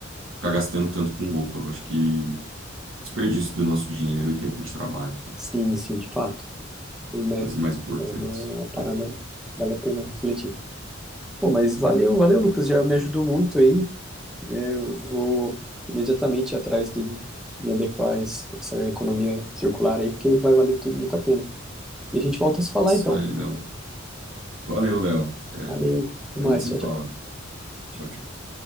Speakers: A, on the right; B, in the centre.
A: ficar gastando tanto com roupa. Eu acho que desperdício do nosso dinheiro e tempo de trabalho, sabe?
B: sim, sim, de fato. E, Né?
A: Coisas mais importantes.
B: É uma, uma parada,
A: né?
B: vale a pena refletir. Pô, mas valeu,
A: É
B: valeu, Lucas, já me ajudou muito aí. Eu vou imediatamente atrás de me adequar a esse- essa economia circular aí, porque vai valer tudo muito a pena. E a gente volta a se falar
A: Isso
B: então.
A: aí, Léo. Valeu, Léo. É,
B: Valeu, até
A: a
B: mais.
A: gente se
B: Tchau,
A: fala. Tchau, tchau.